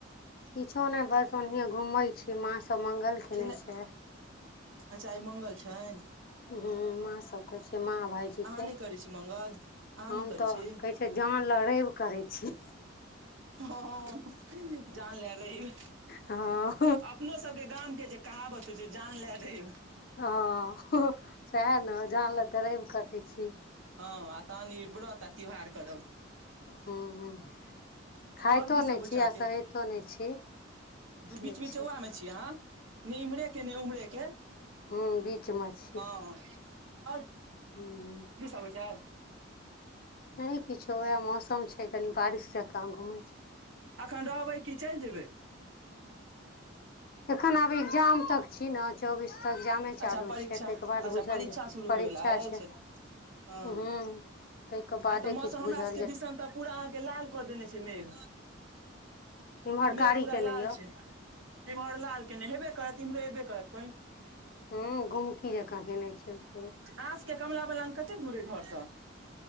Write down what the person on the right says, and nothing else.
खेनाइ
अच्छा आइ मंगल छनि
अहाँ
नहि करै छी मंगल अहाँ
नहि करै
छी
हँ जानले रैब
अपनो सबके गाम के जे कहावत तऽ जे जान लए रैब
हँ आ तहन इ व्रत आ तिहार करब
आओर की
सब होइ
छै अहाँके
बीच बीचौआ
मे छी अहाँ नहि इम्हरे के ने उम्हरे के
हँ
आओर
की सब होइ छै
अखन रहबै कि चलि जेबै
अच्छा परीक्षा
अच्छा
परीक्षा
शुरू
होयवला अछि
हँ
आइ तऽ मौसम
हमरा
सबके
दिसन तऽ पूरा अहाँके लाल कऽ देने छै मेघ
मेघ
पूरा
लाल
छै इमहर लाल केने हेबे करत इम्हरो हेबे करत पानि
आओर सऽ कमला बलान कतऽ दूरे अछि घरसँ?